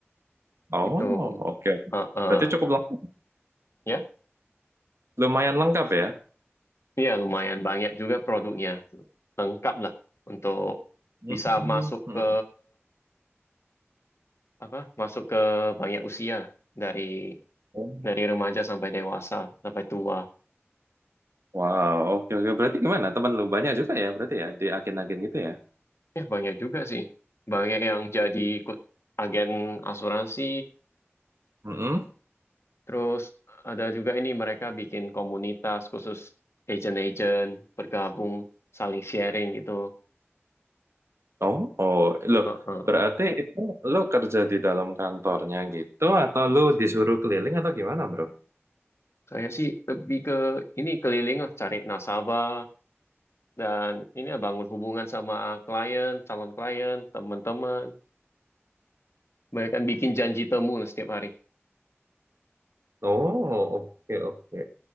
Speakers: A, on the right; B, on the left.
A: Oh
B: Itu
A: oke,
B: Heeh.
A: Berarti cukup lengkap,
B: ya.
A: lumayan lengkap ya.
B: Iya, lumayan banyak juga produknya. Lengkap lah untuk
A: Hmm,
B: bisa masuk
A: mm, mm.
B: ke apa? Masuk ke banyak usia dari
A: Oh,
B: dari remaja sampai dewasa, sampai tua.
A: Wow, oke oke. Berarti gimana? Temen lu banyak juga ya berarti ya di agen-agen gitu ya?
B: Ya, banyak juga sih. Banyak yang jadi ikut agen asuransi,
A: Mm-mm.
B: Terus ada juga ini mereka bikin komunitas khusus agent-agent bergabung saling sharing gitu.
A: Oh, oh, loh,
B: Heeh.
A: berarti itu lo kerja di dalam kantornya gitu, atau lo disuruh keliling atau gimana, bro?
B: Saya sih lebih ke ini keliling lah cari nasabah dan ini lah bangun hubungan sama klien, calon klien, teman-teman. Banyak kan bikin janji temu lah setiap hari.
A: Oh, oke, oke.